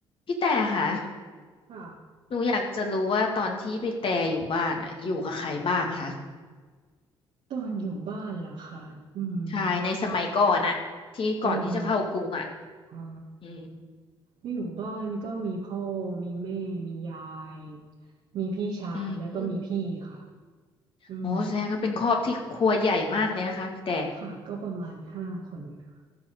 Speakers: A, on the left; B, on the right.
A: พี่แต่ค่ะ
B: ค่ะ
A: หนูอยากจะรู้ว่าตอนที่พี่แต่อยู่บ้านอ่ะอยู่กับใครบ้างคะ
B: ตอนอยู่บ้านเหรอคะอืม
A: ใช่ในสมัยก่อนอ่ะที่ก่อนที่จะเข้ากรุงอ่ะ
B: ตอนอ๋อ
A: อืม
B: อยู่บ้านก็มีพ่อมีแม่มียายมีพี่ชายแล้วก็มีพี่ค่ะ
A: อืม
B: อืม
A: โอ้แสดงว่าเป็นครอบที่ครัวใหญ่มากเลยนะคะพี่แต่
B: ค่ะก็ประมาณห้าคนนะะ